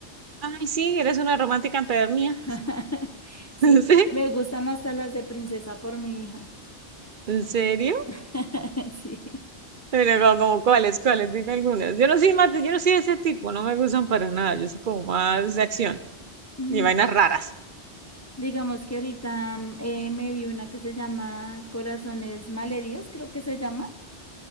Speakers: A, on the right; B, on the left.
A: Ay, sí, eres una romántica empedernida.
B: <laughs> Sí,
A: <laughs> ¿Sí?
B: me gustan hasta las de princesa por mi hija.
A: ¿En serio?
B: <laughs> Sí.
A: Pero como, como, ¿cuáles, cuáles? Dime algunas. Yo no soy más, yo no soy de ese tipo, no me gustan para nada. Yo soy como más de acción
B: Mm,
A: y vainas raras.
B: Digamos que ahorita mm, eh, me vi una que se llama Corazones Malheridos, creo que se llama.